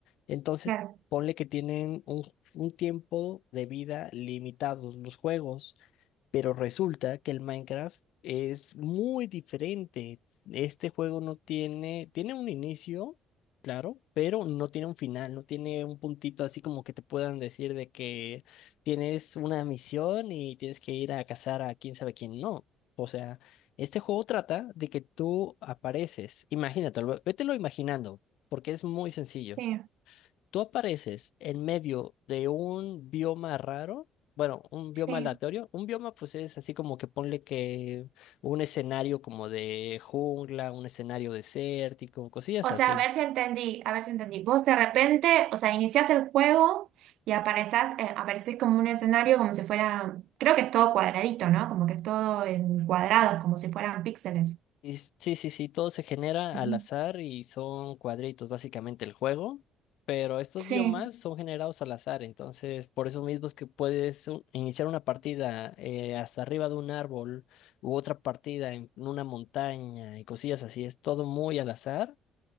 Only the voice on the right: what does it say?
claro,
sí,
sí.
O
sea, a ver si entendí, a ver si entendí. Vos de repente, o sea, iniciás el juego y aparezás, eh, aparecés como un escenario como si fuera, creo que es todo cuadradito, ¿no? Como que es todo en cuadrados, como si fueran píxeles.
Ujú.
Sí,